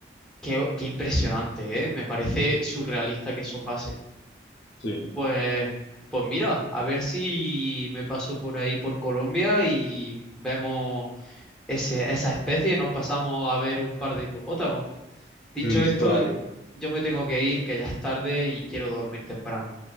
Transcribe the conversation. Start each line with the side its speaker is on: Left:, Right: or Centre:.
Centre: Qué, qué impresionante, ¿eh? Me parece surrealista que eso pase.
Left: Sí.
Centre: Pues, pues mira, a ver si me paso por ahí por Colombia y vemos ese- esa especie y nos pasamos a ver un par de hipopótamos. Dicho
Left: Listo,
Centre: esto,
Left: dale.
Centre: yo me tengo que ir, que ya es tarde y quiero dormir temprano.